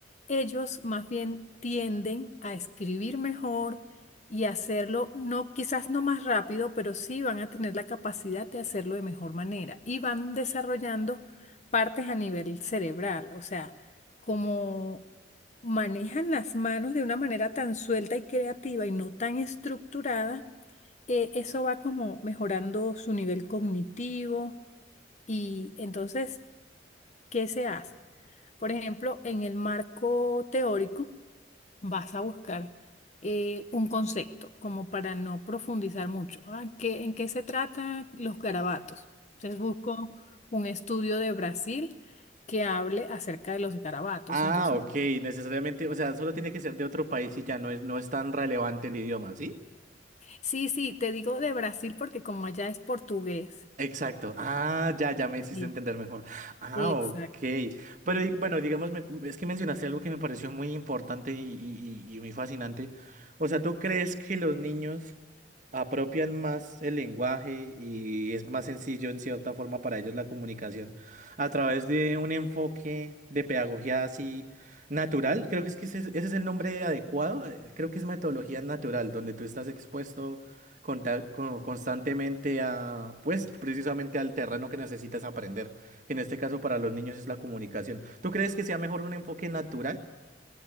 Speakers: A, on the left; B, on the right.
A: ellos más bien tienden a escribir mejor y hacerlo, no, quizás no más rápido, pero sí van a tener la capacidad de hacerlo de mejor manera y van desarrollando partes a nivel cerebral, o sea, como manejan las manos de una manera tan suelta y creativa y no tan estructurada eh, eso va como mejorando su nivel cognitivo y entonces, ¿qué se hace? Por ejemplo, en el marco teórico vas a buscar eh, un concepto como para no profundizar mucho. Ah, qué, en qué se tratan los garabatos? Entonces busco un estudio de Brasil que hable acerca de los garabatos.
B: Ah,
A: Entonces,
B: ok, necesariamente, o sea, solo tiene que ser de otro país y ya no es, no es tan relevante el idioma, ¿sí?
A: sí, sí, te digo de Brasil porque como allá es portugués.
B: Exacto. Ah, ya, ya me hiciste
A: Sí,
B: entender mejor. Ah,
A: exacto.
B: ok. Pero
A: sí.
B: y- bueno, digamos, me- es que mencionaste algo que me pareció muy importante y, y, y y muy fascinante. O sea, ¿tú crees que los niños... apropian más el lenguaje y es más sencillo en cierta forma para ellos la comunicación a través de un enfoque de pedagogía así natural. Creo que es que ese, es ese es el nombre adecuado. eh, Creo que es metodología natural, donde tú estás expuesto conta- co- constantemente a, pues, precisamente al terreno que necesitas aprender, que en este caso para los niños es la comunicación. ¿Tú crees que sea mejor un enfoque natural?